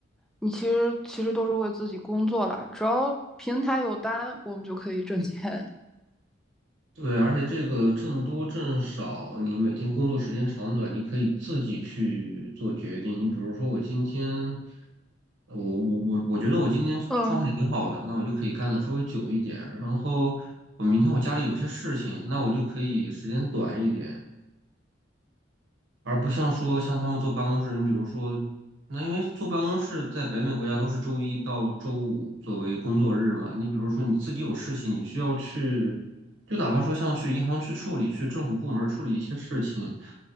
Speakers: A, in the centre; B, on the right.
A: 你其实其实都是为自己工作啦。只要平台有单，我们就可以挣钱。
B: 对，而且这个挣多挣少，你每天工作时间长短，你可以自己去做决定。你比如说，我今天，我我我我觉得我今天状态挺好的，
A: 嗯
B: 那我就可以干的稍微久一点。然后我明天我家里有些事情，那我就可以时间短一点。而不像说像他们坐办公室，你比如说，那因为坐办公室在北美国家都是周一到周五作为工作日嘛，你比如说你自己有事情，你需要去，就哪怕说像去银行去处理，去政府部门处理一些事情，